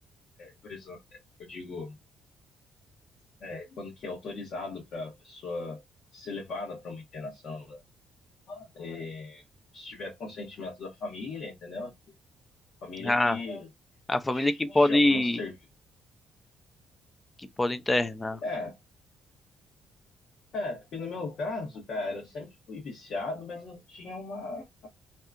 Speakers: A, on the left; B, on the left.
A: por isso, eu digo, é, quando que é autorizado para a pessoa ser levada para uma internação, né? E, se tiver consentimento da família, entendeu? Família
B: Ah,
A: que
B: a família que pode,
A: chama um serviço.
B: que pode internar.
A: É, é, porque no meu caso, cara, eu sempre fui viciado, mas eu tinha uma.